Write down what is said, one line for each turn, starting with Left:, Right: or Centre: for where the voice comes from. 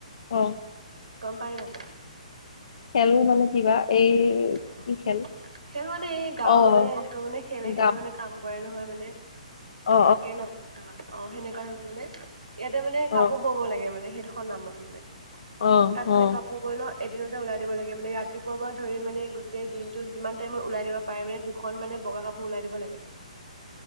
Left: অ'
Right: গম পাই নাপায়?
Left: খেলো মানে কিবা এই
Right: অ,
Left: কি খেল
Right: খেল মানে এই গাঁৱ
Left: অ
Right: যে এনেকুৱা মানে খেলে-খেলে
Left: অ অ
Right: মানে কাম কৰে নহয় মানে।
Left: অ
Right: থাকে ন গাওঁত, অ সেনেকুৱা ধৰণৰ মানে ইয়াতে মানে
Left: অ
Right: কাপোৰ বব লাগে মানে স দুখন নামত মানে
Left: অ
Right: তাত মানে
Left: অ
Right: কাপোৰ কৈ ন এদিনতে ওলাই দিব লাগে মানে ৰাতিপুৱা পৰা ধৰি মানে গোটেই দিনটো যিমান টাইমত ওলাই দিব পাৰে মানে দুখন মানে বগা কাপোৰ ওলাই দিব লাগে।